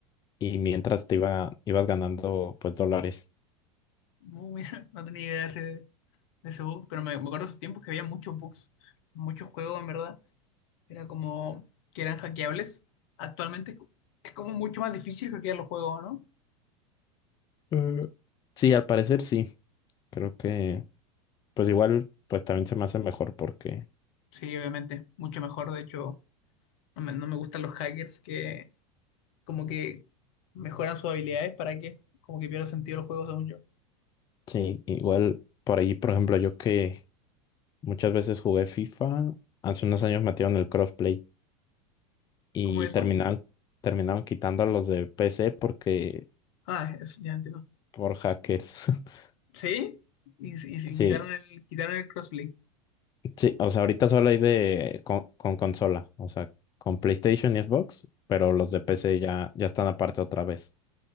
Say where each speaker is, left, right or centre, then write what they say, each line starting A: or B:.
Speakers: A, on the left; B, on the left.
A: y mientras te iba, ibas ganando pues dólares.
B: No, mira, <laughs> no tenía idea de ese, de ese bug, pero me, me acuerdo de esos tiempos que había muchos bugs, muchos juegos, en verdad. Era como que eran hackeables. Actualmente es, co- es como mucho más difícil hackear los juegos, ¿no?
A: Eh, Sí, al parecer sí. Creo que pues igual pues también se me hace mejor porque
B: Sí, obviamente, mucho mejor. De hecho, no me, no me gustan los hackers que como que mejoran sus habilidades para que como que pierda sentido los juegos, según yo.
A: sí, igual por ahí, por ejemplo, yo que muchas veces jugué FIFA, hace unos años metieron el crossplay. y
B: ¿Cómo eso?
A: terminaron, terminaron quitando a los de PC porque
B: Ah, eso ya entiendo.
A: por hackers. <laughs>
B: ¿Sí? Y, y,
A: Sí,
B: y quitaron el, quitaron el crossplay.
A: sí, o sea, ahorita solo hay de con, con consola, o sea, con PlayStation y Xbox, pero los de PC ya, ya están aparte otra vez.